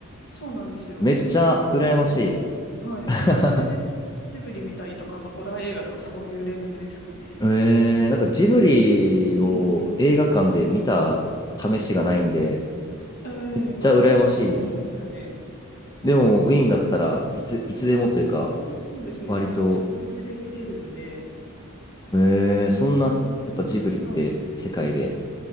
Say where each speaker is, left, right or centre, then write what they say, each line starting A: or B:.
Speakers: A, on the left; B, on the left.
A: そうなんですよ。
B: めっちゃ羨ましい。
A: 金曜ロードショーなの。はい。
B: <laughs>
A: で、それで、ジブリ見たりとか、あとホラー映画とかそういうレベルですかね。
B: えー、なんかジブリを映画館で見た試しがないんで、
A: ええええ私も実はないんですよね。
B: めっちゃ羨ましいですね。でも、ウィーンだったらいつ、いつでもというか、
A: そう、そうですね。
B: 割と、
A: なんか月一で見れるんで、
B: えー、そんな、
A: ね、
B: やっぱジブリって世界で
A: はい。